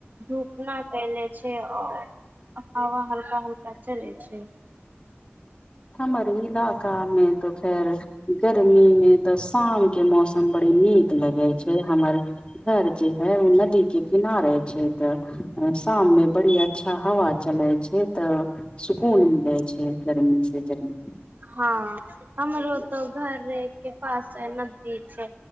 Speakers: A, on the right; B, on the left.
A: धूप नै कैले छै आओर हवा हल्का हुल्का चले छै
B: हमर इलाका मे तो खैर गर्मीमे तऽ शाम के मौसम बड़ी नीक लगे छै हमर घर जे हय उ नदी के किनारे छै तऽ साममे बड़ी अच्छा हवा चलै छै तऽ सुकून मिलै छै गर्मी से जरी
A: हँ हमरो तो घरे के पास नदी छै